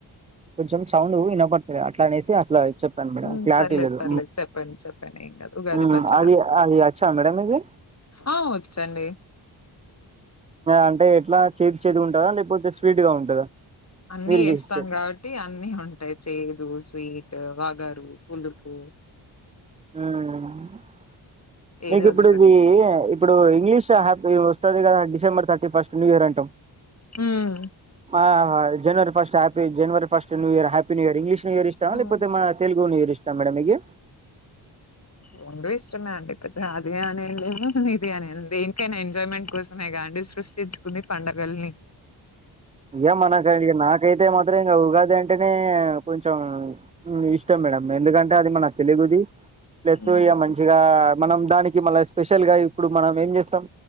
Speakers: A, on the right (about 15°); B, on the left (about 35°).
A: కొంచెం సౌండ్ వినపడ్తలే అట్లానేసి అట్లా చెప్పాను మేడమ్
B: హ్మ్.
A: క్లారిటీ
B: పర్లేదు,
A: లేదు
B: పర్లేదు. చెప్పండి, చెప్పండి. ఏం గాదు. ఉగాది
A: హ్మ
B: పచ్చడా.
A: అది అది అచ్చ మేడమ్ ఇది
B: ఆ వచ్చండి
A: అంటే ఎట్లా చేదు చేదు ఉంటందా లేకపోతే స్వీట్ గా ఉంటదా
B: అన్ని
A: మీరు
B: వేస్తాం
A: చేస్తే
B: కాబట్టి అన్ని ఉంటాయి చేదు స్వీట్ వగరు పులుపు
A: హ్మ
B: ఏది
A: మీకు
B: వదిలిపెట్టం.
A: ఇప్పుడు ఇది ఇప్పుడు ఇంగ్లీష్ హ్యాపీ వస్తది కదా డిసెంబర్ థర్టీఫర్స్ట్ న్యూ ఇయర్ అంటం
B: హ్మ్.
A: ఆ జనవరి ఫస్ట్ హపీ జనవరి first new year happy new year English new year ఇష్టామా
B: హ్మ్.
A: లేకపోతే మన తెలుగు న్యూ ఇయర్ ఇష్టామా మేడమ్ మీకీ
B: రెండు ఇష్టమే అండి పెద్ద ఇది అన్నెం లేదు ఇదిఅనిలేద్ దేనికైనా ఎంజాయ్మెంట్ కోసమే కాండి సృష్టించుకుంది పండుగల్ని
A: ఇ మన క నా కైతే మాత్ర <unintelligible> ఉగాది అంటేనే కొంచెం ఇష్టం మేడం ఎందుకంటే అది మన తెలుగుది ప్లస్
B: హ్మ్.
A: ఇగ మంచిగా మనం దానికి మళ్ళా స్పెషల్ గా ఇప్పుడు మనం ఏం చేస్తాం